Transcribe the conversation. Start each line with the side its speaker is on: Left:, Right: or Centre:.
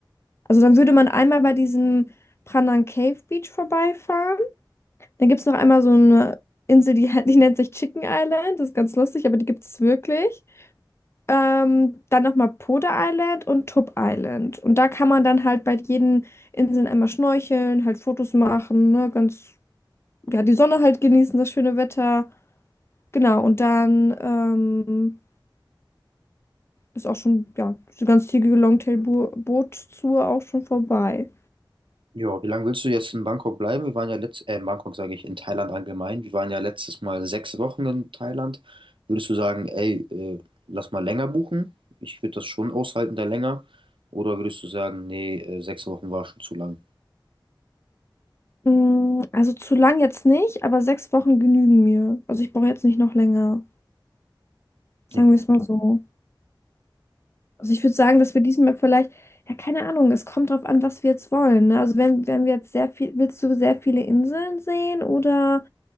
Left: Also dann würde man einmal bei diesem Pranan Cave Beach vorbeifahren. Dann gibt es noch einmal so eine Insel, die, <laughs> die nennt sich Chicken Island. Das ist ganz lustig, aber die gibt es wirklich. Ähm, dann nochmal Poda Island und Tup Island. Und da kann man dann halt bei jeden Inseln einmal schnorcheln, halt Fotos machen, ne? Ganz, ja, die Sonne halt genießen, das schöne Wetter. Genau, und dann ähm, ist auch schon, ja, die ganz zügige Longtail-Boot-Tour auch schon vorbei.
Right: ja. Wie lange willst du jetzt in Bangkok bleiben? Wir waren ja letzt, äh, in Bangkok sage ich, in Thailand allgemein. Wir waren ja letztes Mal sechs Wochen in Thailand. Würdest du sagen, ey, äh, lass mal länger buchen? Ich würde das schon aushalten, da länger. Oder würdest du sagen, nee, äh, sechs Wochen war schon zu lang?
Left: Mm, Also zu lang jetzt nicht, aber sechs Wochen genügen mir. Also ich brauche jetzt nicht noch länger. Sagen
Right: Nee.
Left: wir es mal so. Also ich würde sagen, dass wir diesmal vielleicht, ja, keine Ahnung, es kommt drauf an, was wir jetzt wollen. Ne? Also wenn, wenn wir jetzt sehr viel, willst du sehr viele Inseln sehen oder